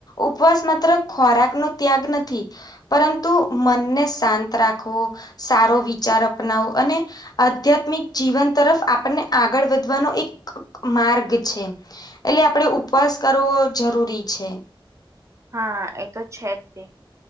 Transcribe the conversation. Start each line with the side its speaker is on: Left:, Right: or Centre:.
Left: ઉપવાસ માત્ર ખોરાક નો ત્યાગ નથી પરંતુ મનને શાંત રાખવો સારો વિચાર અપનાવો અને આધ્યાત્મિક જીવન તરફ આપણને આગળ વધવાનો એક માર્ગ છે. એટલે આપડે ઉપવાસ કરવો જરૂરી છે.
Right: હા એ તો છે જ તે.